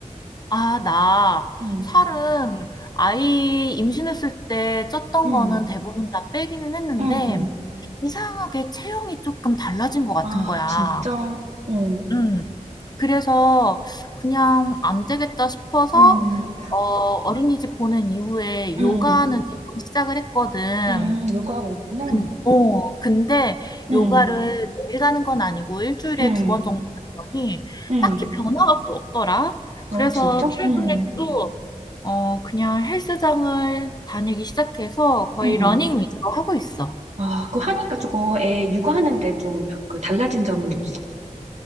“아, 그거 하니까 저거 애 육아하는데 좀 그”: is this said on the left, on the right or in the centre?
Right